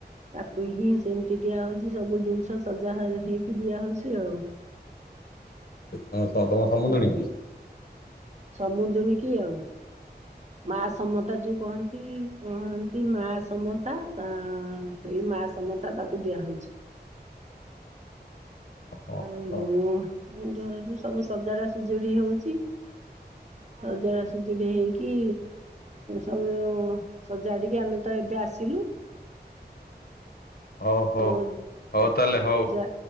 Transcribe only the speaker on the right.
ତାକୁ ହିଁ ସେମିତି ଦିଆ ହଉଛି ସବୁ ଜିନିଷ ସଜା ହେଇକି ଦିଆ ହଉଛି ଆଉ
ସମୁଦ୍ରଣୀ କି ଆଉ ମା ସମତା ଯୋଉ କହନ୍ତି? ହ ଏମତି ମା ସମତା ସେଇ ମା ସମତା ତାକୁ ଦିଆହଉଛି।
ଆଉ
ଏମତି ହଉଛି ସବୁ ସଜାଡା ସଜୁଡି ହଉଛି। ରଜ ଆସୁଛି <unintelligible> ହେଇ। କି ସବୁ ସଜାଡିକି ଆମେ ତ ଏବେ ଆସିଲୁ।
ମୋ
ଯା